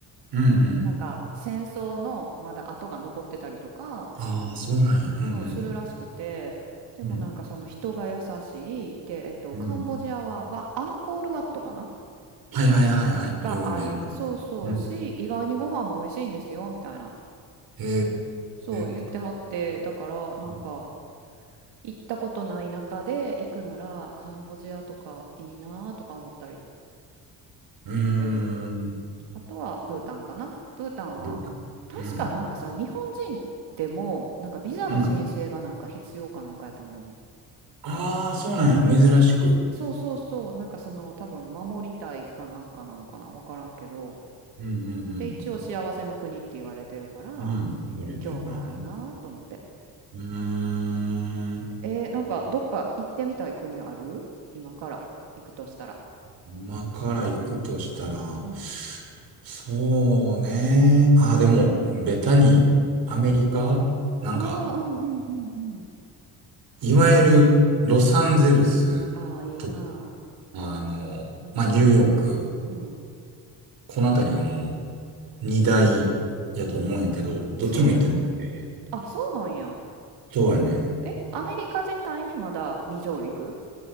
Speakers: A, on the right; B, on the right.
A: うん、うん。
B: なんか戦争のまだ跡が残ってたりとか、
A: ああ、そうなんや。うん、うん、
B: そうするらしくて、でもなんかその人が優しい、
A: うん、
B: で、えっと、
A: うん。
B: カンボジアは、はアンコールワットかな
A: はいはいはいはい。
B: がある。
A: 有名な。
B: そうそうし、
A: うん。
B: 意外にご飯も美味しいんですよ、みたいな。
A: へ
B: そう言ってはって、
A: え。
B: だからなんか
A: うん。
B: 行ったことない中で行くならカンボジアとかいいなとか思ったり。
A: うー
B: してる。
A: ん
B: うん。あとはブータンかな。ブータンは、
A: どうだ。
B: 確かなんかさ、
A: うん、
B: 日本人でも、なんかビザの申請がなんか必要かなんかやと思うね。
A: うん。ああ、そうなんや。珍しく。
B: そうそうそう、なんかその多分守りたいかなんかなのかな、わからんけど。
A: うん、うん、
B: で、一応幸せの国って言われてるから、
A: うん。うん、言われてるな。
B: 興味あるなと思って。
A: うん。うーん
B: えー、なんかどっか行ってみたい国ある今から行くとしたら。
A: 今から行くとしたら、
B: うん。
A: そうね。あ、でも、ベタに、アメリカなんか、
B: うん。ああ、うんうんうんうん。
A: いわゆる、ロサンゼルスと、
B: ああ、いいな
A: あの、
B: あ。うん。
A: まあ、ニューヨーク、
B: うん。
A: このあたりがもう、二大やと思うんやけど、どっちも行ってなくて。
B: そうやな。あ、そうなんや。
A: そうやね。
B: え、アメリカ自体にまだ未上陸